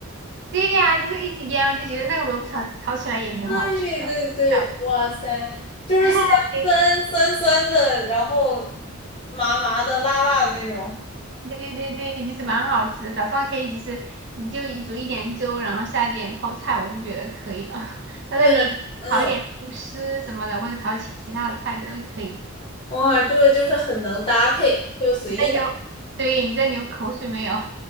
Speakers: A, on the right; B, on the left.
A: 对呀、就是一起腌，我就觉得那个萝卜炒炒起来也挺好吃的。
B: <laughs> 对对对，
A: 这样
B: 哇塞，就是酸酸酸酸的，
A: <laughs> 对
B: 然后麻麻的、辣辣的那种。
A: 对对对，其实蛮好吃的早上可以就是你就一煮一点粥，然后下点泡菜，我就觉得可以了。<laughs> 当然你炒一点肉丝什么的，
B: 对，嗯，
A: 或者炒其其他的菜都可以。
B: 哇，这个就是很能搭配，就随意搭配，
A: 你在流，对，你在流口水没有？